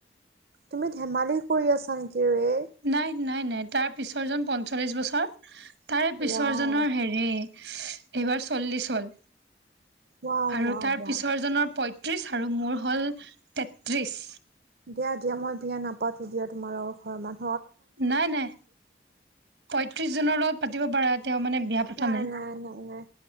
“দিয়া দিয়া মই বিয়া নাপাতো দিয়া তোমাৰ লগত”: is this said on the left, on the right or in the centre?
Right